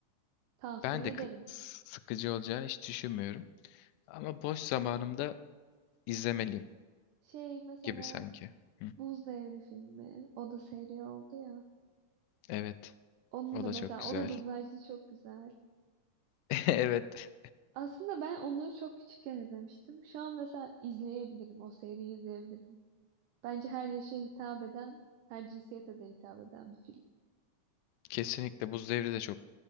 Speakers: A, on the right; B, on the left.
A: Tavsiye
B: ben de
A: ederim.
B: kı- sıkıcı olacağını hiç düşünmüyorum. Ama boş zamanımda izlemeliyim
A: Şey mesela
B: gibi sanki. Hı,
A: Buz Devri filmi, o da seri oldu ya.
B: evet.
A: Onun
B: O
A: da
B: da
A: mesela
B: çok güzel.
A: o da dublajlı çok güzel.
B: <laughs> Evet.
A: Aslında ben onları çok küçükken izlemiştim. Şu an mesela izleyebilirim, o seriyi izleyebilirim. Bence her yaşa hitap eden, her cinsiyete de hitap eden bir film.
B: Kesinlikle Buz Devri de çok